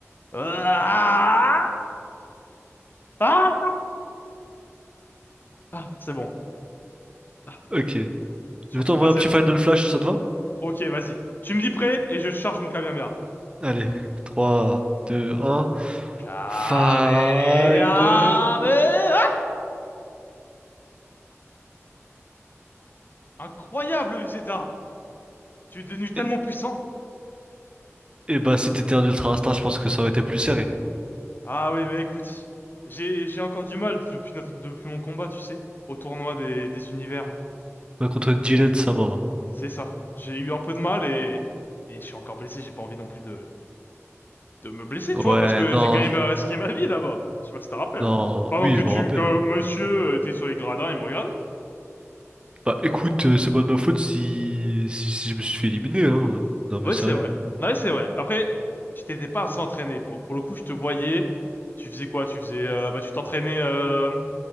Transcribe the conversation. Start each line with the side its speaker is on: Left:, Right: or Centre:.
Left: Ah! Ah! Ah, c'est bon. Ah,
Right: ok.
Left: sur
Right: Je vais t'envoyer
Left: Super
Right: un
Left: Saiyan
Right: petit
Left: 3.
Right: Final Flash, ça te va?
Left: Ok, vas-y. Tu me dis prêt et je charge mon Kamehameha.
Right: Allez, Trois, deux, un.
Left: Kamehameha!
Right: Final.
Left: Incroyable, Vegeta! Tu es devenu tellement
Right: Et,
Left: puissant.
Right: et bah, si t'étais un ultra instinct, je pense que ça aurait été plus serré.
Left: Ah oui, bah écoute, j'ai j'ai encore du mal depuis notre- depuis mon combat, tu sais, au tournoi des des univers.
Right: Mais contre Dylan, ça mort.
Left: C'est ça. J'ai eu un peu de mal et et je suis encore blessé. J'ai pas envie non plus de de me blesser,
Right: Ouais,
Left: tu vois, parce que
Right: non,
Left: j'ai quand même euh, risqué ma vie là-bas. Je sais pas si t'en rappelles.
Right: non.
Left: Pendant
Right: Oui,
Left: que
Right: je
Left: tu
Right: m'en rappelle.
Left: que monsieur euh, était sur les gradins et me regardait.
Right: Bah écoute, euh, c'est pas de ma faute si... si si je me suis fait éliminer, hein. Non mais
Left: Ouais,
Right: sérieux.
Left: c'est vrai. Ouais, c'est vrai. Après, tu t'étais pas à s'entraîner. Pour, pour le coup, je te voyais. Tu faisais quoi? Tu faisais, euh, bah, tu t'entraînais, euh,